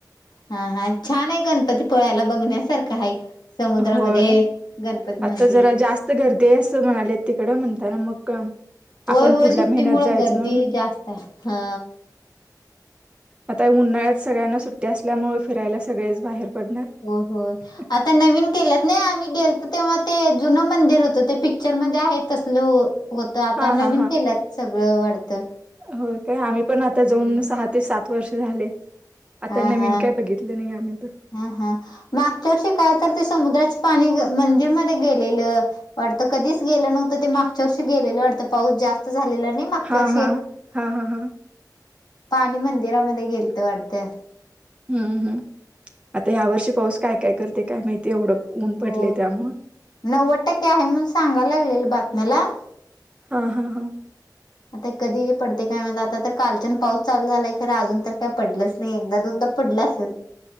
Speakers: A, on the left; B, on the right.
A: हा हा छान आहे गणपती पोळ्याला बघण्यासारखा आहे. समुद्रामध्ये
B: होय
A: गणपती मंदिर
B: आता जरा जास्त गर्दी आहे असं म्हणाले तिकडं म्हणताना मग
A: होय
B: आपण
A: होय
B: पुढल्या
A: सुट्टीमुळे
B: महिन्यात जायचं
A: गर्दी
B: म्हणून
A: जास्त आहे हा
B: आता उन्हाळ्यात सगळ्यांना सुट्टी असल्यामुळे फिरायला सगळेच बाहेर पडणार
A: हो हो आता नवीन केलंत नाही आम्ही गेल तरो तेव्हा ते जुनं मंदिर होतं ते पिक्चर मध्ये आहे त असले. होत आता
B: हा
A: नवीन
B: हा
A: केल्यात सगळं वाढतं.
B: हो काय आम्ही पण आता
A: हो.
B: जाऊन सहा ते सात वर्ष झाले आता
A: हा
B: नवीन
A: हा.
B: काय बघितले नाही आम्ही पण
A: हा हा मागच्या वर्षी काय तर ते समुद्राचे पाणी मंदिरमध्येध्ये गेलेलं वाटतं कधीच गेलं नव्हतं ते मागच्या वर्षी गेलेलं पाऊस जास्त झालेला नाही मागच्या
B: हा
A: वर्षी
B: हा हा हा हा
A: पाणी मंदिरामध्ये गेलत वाढते
B: हम्म हम् आता या वर्षी पाऊस काय काय करते काय माहिती एवढं ऊन
A: हो
B: पडले त्यामुळे
A: नव्वद टक्के आहे म्हणून सांगा लागलेल बातम्याला
B: हा हा हा
A: आता कधी पडते काय म्हण आता तर कालच्यान पाऊस चालू झालाय कार अजून तर काय पडलंच नाही एकदा दोन क पडला असेल